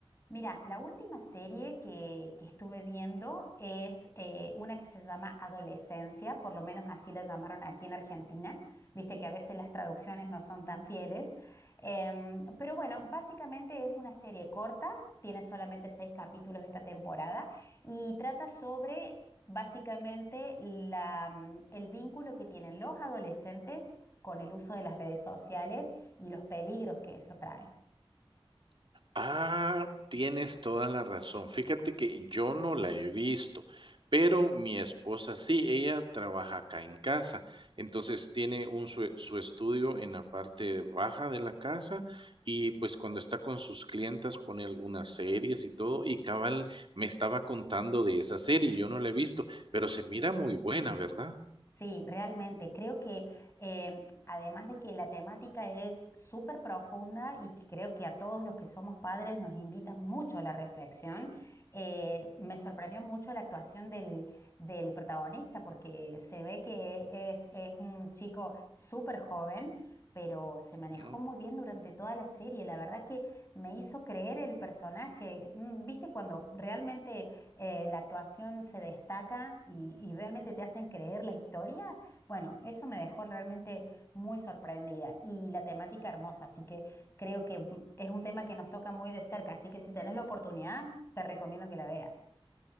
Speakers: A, on the left; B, on the right.
A: Mira, la última serie que, que estuve viendo es eh, una que se llama Adolescencia, por lo menos así la llamaron aquí en Argentina. Viste que a veces las traducciones no son tan fieles. Em, pero bueno, básicamente es una serie corta, tiene solamente seis capítulos esta temporada y trata sobre básicamente la, mm, el vínculo que tienen los adolescentes con el uso de las redes sociales y los peligros que eso trae.
B: Ah, tienes toda la razón. Fíjate que yo no la he visto, pero mi esposa sí, ella trabaja acá en casa. Entonces tiene un su, su estudio en la parte baja de la casa y pues cuando está con sus clientas pone algunas series y todo y cabal me estaba contando de esa serie, yo no la he visto, pero se mira muy buena, ¿verdad?
A: Sí, realmente. Creo que em, además de que la temática es súper profunda y que creo que a todos los que somos padres nos invita mucho a la reflexión, eh, me sorprendió mucho la actuación del, del protagonista porque se ve que es, es un chico súper joven, pero se manejó
B: ¿no?
A: muy bien durante toda la serie. La verdad que me hizo creer el personaje. Mm, ¿Viste cuando realmente eh, la actuación se destaca y, y realmente te hacen creer la historia, bueno, eso me dejó realmente muy sorprendida y la temática hermosa, así que creo que es un tema que nos toca muy de cerca, así que si tenés la oportunidad, te recomiendo que la veas.